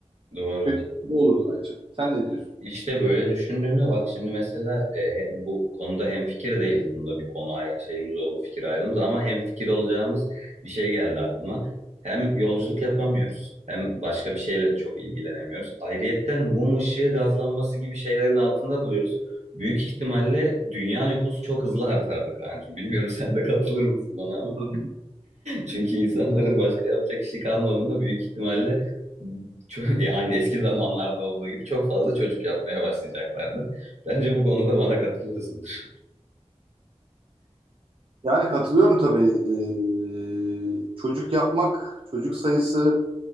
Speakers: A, on the right; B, on the right.
A: doğru.
B: Kötü bu olurdu bence. Sen ne diyorsun?
A: İşte böyle düşündüğümde bak şimdi mesela e, hem- bu konuda hemfikir değiliz. Bunda bir konu ayrı, şeyimiz oldu, fikir ayrılığımız ama hemfikir olacağımız bir şey geldi aklıma. Hem yolculuk yapamıyoruz hem başka bir şeyle de çok ilgilenemiyoruz. Ayrıyetten mum ışığı gazlanması gibi şeylerin altında duruyoruz. Büyük ihtimalle dünya nüfusu çok hızlı artardı kancım. Bilmiyorum <laughs> sen de katılır mısın bana ama.
B: Hı hı.
A: Çünkü insanların başka yapacak işi kalmadığında büyük ihtimalle çok, e, aynı eski zamanlarda olduğu gibi çok fazla çocuk yapmaya başlayacaklardı. Bence bu konuda bana katılıyorsundur.
B: Yani katılıyorum tabii. Ee, çocuk yapmak, çocuk sayısı